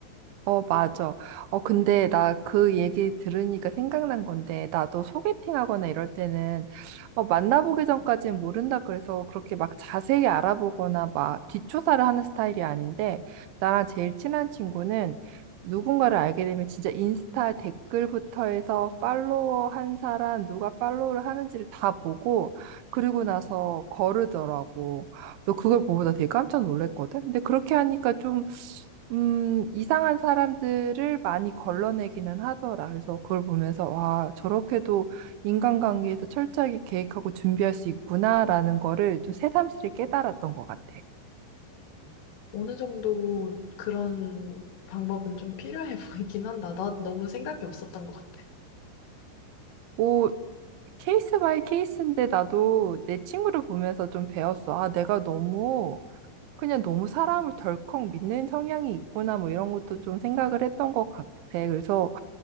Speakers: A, on the right; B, on the left.
A: 어, 맞아. 어, 근데 나 그 얘기 들으니까 생각난 건데, 나도 소개팅 하거나 이럴 때는, 어, 만나보기 전까지는 모른다 그래서 그렇게 막 자세히 알아보거나 막 뒷조사를 하는 스타일이 아닌데, 나랑 제일 친한 친구는 누군가를 알게 되면 진짜 인스타 댓글부터 해서 팔로워 한 사람, 누가 팔로우를 하는지를 다 보고, 그리고 나서 거르더라고. 그래서 그걸 보고 나 되게 깜짝 놀랐거든? 근데 그렇게 하니까 좀 음, 이상한 사람들을 많이 걸러내기는 하더라. 그래서 그걸 보면서, 와, 저렇게도 인간관계에서 철저하게 계획하고 준비할 수 있구나라는 거를 좀 새삼스레 깨달았던 것 같아.
B: 어느 정도 그런 방법은 좀 필요해 <laughs> 보이긴 한다. 나 너무 생각이 없었던 것 같아.
A: 뭐, 케이스 바이 케이스인데 나도 내 친구를 보면서 좀 배웠어. 아, 내가 너무, 그냥 너무 사람을 덜컥 믿는 성향이 있구나, 뭐 이런 것도 좀 생각을 했던 것 같아. 그래서